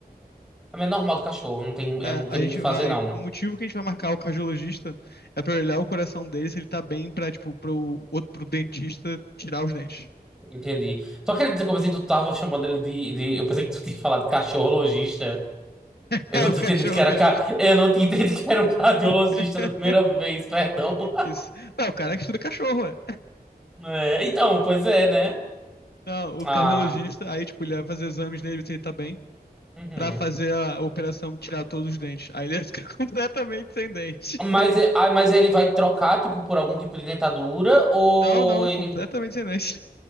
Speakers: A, in the centre; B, on the left (about 75°).
A: Mas É normal do cachorro, não tem,
B: É,
A: é, não
B: a
A: tem
B: gente
A: muito o que
B: vai.
A: fazer, não.
B: O motivo que a gente vai marcar o cardiologista é pra olhar o coração dele se ele tá bem pra, tipo, pro, outro- pro dentista tirar os dentes. <laughs>
A: Entendi. Só queria dizer que eu pensei que tu tava chamando ele de, de- Eu pensei que tu tinha falado cachorro logista. Eu
B: É
A: não
B: o
A: tinha
B: cardiologista.
A: entendido que era. Ca... Eu não tinha entendido que era um cardiologista
B: <laughs>
A: da primeira vez, perdão.
B: Isso. Não, o cara é que estuda cachorro, é.
A: É, então, pois é, né?
B: Não, o
A: Ah,
B: cardiologista, aí, tipo, ele vai fazer exames nele, se ele tá bem.
A: uhum.
B: pra fazer a operação tirar todos os dentes. Aí ele fica <laughs> completamente sem dente.
A: Mas, é- ah, mas ele vai trocar, tipo, por algum tipo de dentadura? Ou
B: Não, não,
A: ele.
B: completamente sem dente.